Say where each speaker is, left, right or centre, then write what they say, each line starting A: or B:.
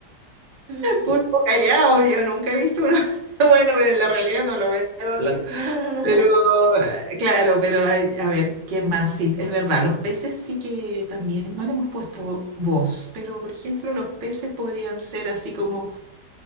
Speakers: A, on the right (about 80°); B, on the right (about 50°).
A: Mm,
B: pulpo
A: <laughs>
B: callado, yo nunca he visto uno. <laughs> Bueno, pero en la realidad no lo veo hablando.
A: No, no,
B: Pero
A: no.
B: eh, claro, pero hay- a ver, ¿quién más? Sí, es verdad, los peces sí que también no le hemos puesto voz, pero por ejemplo, los peces podrían ser así como,